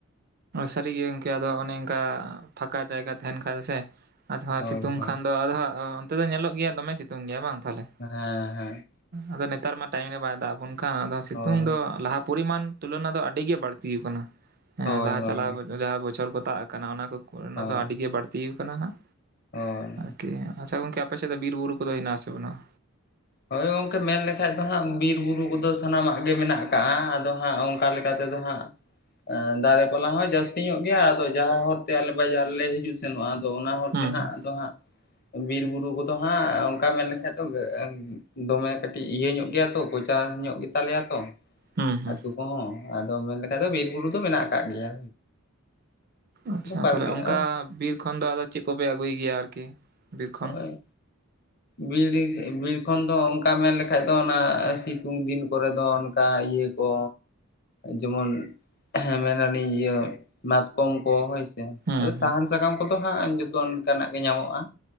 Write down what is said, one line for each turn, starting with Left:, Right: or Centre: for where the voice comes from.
Right: ᱥᱟᱹᱨᱤᱜᱮ ᱜᱚᱢᱠᱮ ᱟᱫᱚ ᱚᱱᱮ ᱚᱱᱠᱟ ᱯᱷᱟᱸᱠᱟ ᱡᱟᱭᱜᱟ ᱛᱟᱦᱮᱱ ᱠᱷᱟᱡ ᱫᱚ ᱥᱮ ᱟᱫᱚ ᱦᱟᱜ
Left: ᱦᱳᱭ
Right: ᱥᱤᱛᱩᱝ
Left: ᱦᱳᱭ
Right: ᱠᱷᱟᱱ ᱫᱚ ᱟᱫᱚ ᱦᱟᱸᱜ ᱚᱱᱛᱮ ᱫᱚ ᱧᱮᱞᱚᱜ ᱜᱮᱭᱟ ᱫᱚᱢᱮ ᱥᱤᱛᱩᱝ ᱜᱮᱭᱟ ᱵᱟᱝ ᱛᱟᱦᱚᱞᱮ
Left: ᱦᱮᱸ ᱦᱮᱸ
Right: ᱟᱫᱚ ᱱᱮᱛᱟᱨ ᱢᱟ ᱴᱟᱭᱤᱢ ᱨᱮ ᱵᱟᱭ ᱫᱟᱜ ᱟᱵᱚᱱ ᱠᱟᱱ ᱟᱫᱚ ᱥᱤᱛᱩᱝ
Left: ᱦᱳᱭ
Right: ᱫᱚ ᱞᱟᱦᱟ ᱯᱚᱨᱤᱢᱟᱱ ᱛᱩᱞᱚᱱᱟ ᱫᱚ ᱟᱰᱤ ᱟᱹᱰᱤ ᱜᱮ ᱵᱟᱹᱲᱛᱤ ᱟᱠᱟᱱᱟ
Left: ᱦᱳᱭ
Right: ᱞᱟᱦᱟ
Left: ᱦᱳᱭ
Right: ᱪᱟᱞᱟᱣ ᱡᱟᱦᱟᱸ ᱵᱚᱪᱷᱚᱨ ᱠᱚ ᱛᱟᱵ ᱟᱠᱟᱱᱟ ᱚᱱᱟ ᱠᱚ ᱦᱚᱭ ᱚᱱᱟ
Left: ᱦᱳᱭ
Right: ᱫᱚ ᱟᱹᱰᱤ ᱜᱮ ᱵᱟᱹᱲᱛᱤ ᱟᱠᱟᱱᱟ ᱦᱟᱸᱜ
Left: ᱦᱳᱭ
Right: ᱟᱨᱠᱤ ᱟᱪᱪᱷᱟ ᱜᱚᱢᱠᱮ ᱟᱯᱮ ᱥᱮᱫ ᱫᱚ ᱵᱤᱨ ᱵᱩᱨᱩ ᱠᱚᱫᱚ ᱦᱮᱱᱟᱜᱼᱟ ᱥᱮ ᱵᱟᱱᱩᱜᱼᱟ?
Left: ᱦᱳᱭ ᱜᱚᱝᱠᱮ ᱢᱮᱱ ᱞᱮᱠᱷᱟᱡ ᱫᱚ ᱦᱟᱸᱜ ᱵᱤᱨ ᱵᱩᱨᱩ ᱠᱚᱫᱚ ᱥᱟᱱᱟᱢᱟᱜ ᱜᱮ ᱢᱮᱱᱟᱜ ᱟᱠᱟᱜᱼᱟ ᱟᱫᱚ ᱦᱟᱸᱜ ᱚᱱᱠᱟ ᱞᱮᱠᱟ ᱠᱟᱛᱮ ᱫᱚ ᱦᱟᱸᱜ ᱫᱟᱨᱮ ᱯᱟᱞᱟ ᱦᱚᱸ ᱡᱟᱹᱥᱛᱤ ᱧᱚᱜ ᱜᱮᱭᱟ ᱟᱫᱚ ᱡᱟᱦᱟᱸ ᱦᱚᱨ ᱛᱮ ᱟᱞᱮ ᱵᱟᱡᱟᱨ ᱞᱮ ᱦᱤᱡᱩᱜ ᱥᱮᱱᱚᱜᱼᱟ ᱟᱫᱚ ᱚᱱᱟ ᱦᱚᱨ
Right: ᱦᱩᱸ
Left: ᱛᱮ ᱦᱟᱸᱜ ᱟᱫᱚ ᱦᱟᱸᱜ ᱵᱤᱨ ᱵᱩᱨᱩ ᱠᱚᱫᱚ ᱦᱟᱸᱜ ᱚᱱᱠᱟ ᱢᱮᱱ ᱞᱮᱠᱷᱟᱡ ᱫᱚ ᱫᱚᱢᱮ ᱠᱟᱹᱴᱤᱡ ᱤᱭᱟᱹ ᱧᱚᱜ ᱜᱮᱭᱟ ᱛᱚ ᱠᱳᱪᱟ ᱧᱚᱜ ᱜᱮ ᱛᱟᱞᱮᱭᱟ ᱛᱚ
Right: ᱦᱩᱸ ᱦᱩᱸ
Left: ᱟᱛᱩ ᱠᱚᱦᱚᱸ ᱟᱫᱚ ᱢᱮᱱ ᱞᱮᱠᱷᱟᱡ ᱫᱚ ᱵᱤᱨ ᱵᱩᱨᱩ ᱫᱚ ᱢᱮᱱᱟᱜ ᱠᱟᱫ ᱜᱮᱭᱟ᱾
Right: ᱟᱪᱪᱷᱟ
Left: ᱵᱟᱲᱜᱮᱼᱟ
Right: ᱛᱟᱦᱚᱞᱮ ᱚᱱᱠᱟ ᱵᱤᱨ ᱠᱷᱚᱱ ᱫᱚ ᱟᱫᱚ ᱪᱮᱫ ᱠᱚᱯᱮ ᱟᱹᱜᱩᱭ ᱜᱮᱭᱟ ᱟᱨᱠᱤ, ᱵᱤᱨ ᱠᱷᱚᱱ?
Left: ᱦᱚᱜᱼᱚᱭ ᱵᱤᱨ ᱵᱤᱨ ᱠᱷᱚᱱ ᱫᱚ ᱚᱱᱠᱟ ᱢᱮᱱ ᱞᱮᱠᱷᱟᱡ ᱫᱚ ᱚᱱᱟ ᱥᱤᱛᱩᱝ ᱫᱤᱱ ᱠᱚᱨᱮ ᱫᱚ ᱠᱟ ᱤᱭᱟᱹ ᱠᱚ ᱡᱮᱢᱚᱱ ᱦᱮᱸ ᱢᱮᱱᱟᱞᱤᱧ ᱤᱭᱟᱹ ᱢᱟᱛᱠᱚᱢ ᱠᱚ ᱦᱳᱭ ᱥᱮ᱾
Right: ᱦᱩᱸ
Left: ᱟᱫᱚ
Right: ᱦᱩᱸ
Left: ᱥᱟᱦᱟᱱ ᱥᱟᱠᱟᱢ ᱠᱚᱫᱚ ᱦᱟᱸᱜ ᱡᱚᱛᱚ ᱚᱱᱠᱟᱱᱟᱜ ᱜᱮ ᱧᱟᱢᱚᱜᱼᱟ᱾